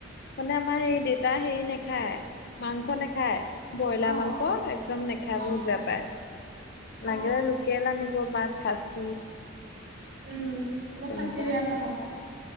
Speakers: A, on the left; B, on the right.
A: মানে আমাৰ সেই দেউতা হেৰি নাখায় মাংস নাখায়। ব্ৰইলা
B: অ
A: মাংস একদম নেখায়
B: অ
A: বহুত বেয়া পায়। লাগে
B: অ
A: লোকেল আনিব বা খাচ-
B: উম' মই
A: তেনেকুৱা।
B: খাচী বেয়া পাওঁ আকৌ